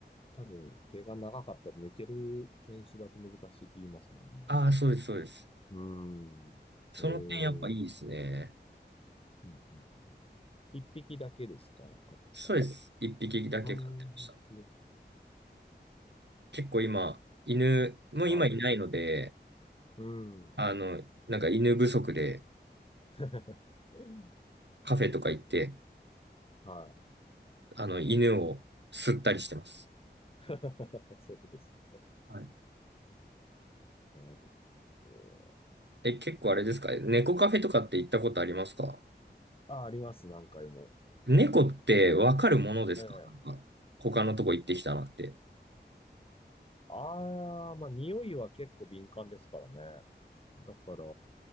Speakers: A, on the left (about 30°); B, on the right (about 75°).
A: 多分、毛が長かったり、抜ける犬種だと難しいって言いますもんね。
B: ああ、そうです、そうです。
A: うーん。
B: その点やっぱいいですね。
A: えーと、うんうん。一匹だけですか飼ってたのは。
B: そうです。一匹だけ飼ってました。
A: うーん、一匹
B: 結構今、犬、もう今いないので、
A: はい。うーん。
B: あの、なんか犬不足で
A: <laughs>
B: カフェとか行って、
A: はい。
B: あの、犬を吸ったりしてます。
A: <laughs> そういうことですか。
B: はい
A: なるほど。
B: え、結構あれですか猫カフェとかって行ったことありますか
A: あ、あります、何回も。
B: 猫ってわかるものですかなんか他のとこ行ってきたなって。
A: ええ。ああ、まあ、匂いは結構敏感ですからね。だから、